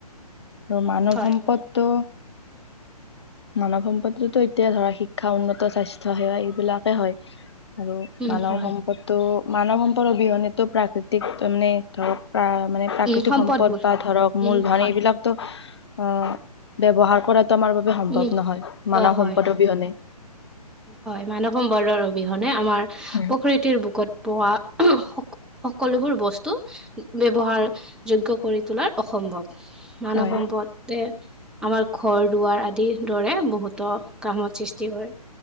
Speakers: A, on the left; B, in the centre.
A: আৰু মানৱ
B: হয়
A: সম্পদটো
B: হয়
A: মানৱ সম্পদতো এতিয়া ধৰা শিক্ষা শিক্ষা উন্নত স্বাস্থ্য সেৱা এইবিলাকে হয় আৰু
B: উম
A: মানৱ
B: হয়
A: সম্পদ ত' মানৱ সম্পদ অবিহনে তো প্ৰাকৃতিক মানে ধৰক প্ৰ মানে প্ৰাকৃতিক
B: উম সম্পদবোৰ
A: সম্পদ বা ধৰক মূলধন
B: উম হয়
A: এইবিলাক অ ব্যৱহাৰ কৰাতটো আমাৰ বাবে সম্ভৱ
B: উম
A: নহয় মানৱ
B: অ হয়
A: সম্পদ
B: হয়
A: অবিহনে
B: হয় মানৱ সম্বৰ্দৰ অবিহনে আমাৰ
A: হয়
B: প্ৰকৃতিৰ বুকত পোৱা স সকলোবোৰ বস্তু ব্যৱহাৰ যোগ কৰি তোলাৰ অসম্ভৱ মানৱ
A: হয়
B: সম্পদ তে আমাৰ ঘৰ দুৱাৰ আদিৰ দৰে বহুতো কামত সৃষ্টি কৰে